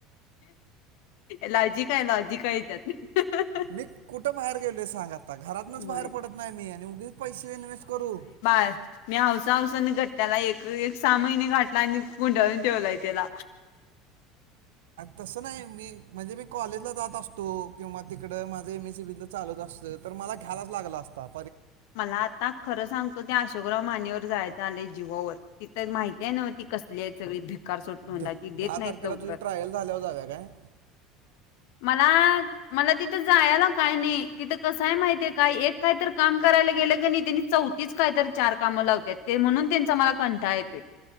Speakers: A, on the left (about 65°); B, on the right (about 70°).
A: लॉजिकय लॉजिकयच्यात <inaudible>
B: मी कुठं बाहेर गेलोय सांग आता घरातनच
A: होय
B: बाहेर पडत नाही मी आणि उगीच पैसे इन्व्हेस्ट करू.
A: मीवसा घट <inaudible> सहा महिने घाठला आणि गुंटळून ठेवलाय त्याला
B: तसं नाही मी म्हणजे मी कॉलेज ला जात असतो किंवा तिकड माझं एमएसीबी चालू. तर मला घ्यायलाच लागला असतात.
A: मला आताच खरं सांगतो ते अशोकराव मानेवर य जीवावर त तर माहितीय नव्ह त कसली आहे सग भ सोडतो म्ही
B: द-
A: देत
B: दहा
A: नाहीत
B: तारखेला
A: उकर
B: तुझी ट्रायल झाल्यावर जाव्या काय
A: मला मला तिथं जायला काय नाही तिथं कसय माहितीय काय एक काय तर काम करायला गेलं क नाही त्यांनी चौथीच काय तर चार काम लावत म्हणून त्यांचा मला कंठाळ येतोय.